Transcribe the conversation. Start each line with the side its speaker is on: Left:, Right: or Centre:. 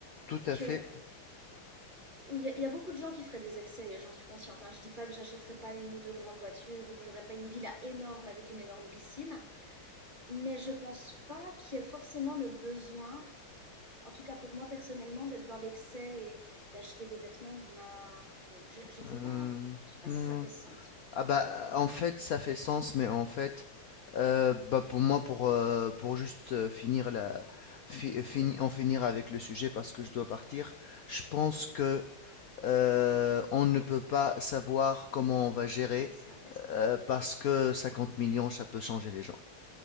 Left: tout à
Right: que
Left: fait.
Right: Oui, il y a, il y a beaucoup de gens qui feraient des excès et j'en suis consciente. hein. Je dis pas que j'achèterais pas une ou deux grandes voitures ou que j'aurais pas une villa énorme avec une énorme piscine, mais je pense pas qu'il y ait forcément le besoin, en tout cas pour moi personnellement, d'être dans l'excès et d'acheter des vêtements de marque ou je, je sais
Left: Hum,
Right: pas, je sais pas
Left: hum.
Right: si ça fait sens pour toi.
Left: Ah bah, en fait, ça fait sens, mais en fait, euh, bah pour moi, pour, euh, pour juste euh, finir la, fi-
Right: Oui,
Left: fini- en finir avec le sujet, parce que je dois partir, je pense que Euh, on ne peut pas savoir comment on va gérer
Right: oui, c'est vrai.
Left: euh, parce que 50 millions, ça peut changer les gens.